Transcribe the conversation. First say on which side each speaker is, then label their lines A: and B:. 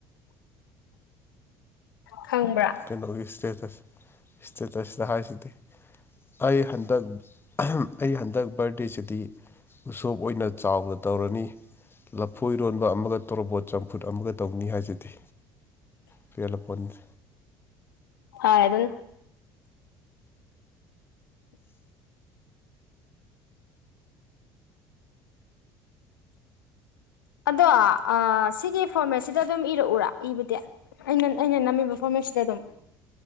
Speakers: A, on the left (about 80°); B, on the left (about 20°).
A: ꯈꯪꯕ꯭ꯔꯥ
B: ꯀꯩꯅꯣꯒꯤ ꯏꯁꯇꯦꯇꯁ ꯏꯁꯇꯦꯇꯁꯗ ꯍꯥꯏꯁꯤꯗꯤ ꯑꯩ ꯍꯟꯗꯛ ꯑꯩ ꯍꯟꯗꯛ ꯕꯥꯔꯗꯦꯁꯤꯗꯤ ꯎꯁꯣꯞ ꯑꯣꯏꯅ ꯆꯥꯎꯅ ꯇꯧꯔꯅꯤ ꯂꯐꯣꯏ ꯏꯔꯣꯟꯕ ꯑꯃꯒ ꯇꯣꯔꯣꯕꯣꯠ ꯆꯝꯐꯨꯠ ꯑꯃꯒ ꯇꯧꯅꯤ ꯍꯥꯏꯖꯤꯗꯤ ꯄꯦꯜꯂꯄꯣꯠꯅꯤ
A: ꯑꯥꯏ ꯑꯗꯨ ꯑꯗꯣ ꯑꯥ ꯁꯤꯒꯤ ꯐꯣꯔꯃꯦꯠꯁꯤꯗ ꯑꯗꯨꯝ ꯏꯔꯛꯎꯔꯥ ꯏꯕꯗꯤ ꯑꯩꯅ ꯑꯩꯅ ꯅꯝꯃꯤꯕ ꯐꯣꯔꯃꯦꯠꯁꯤꯗ ꯑꯗꯨꯝ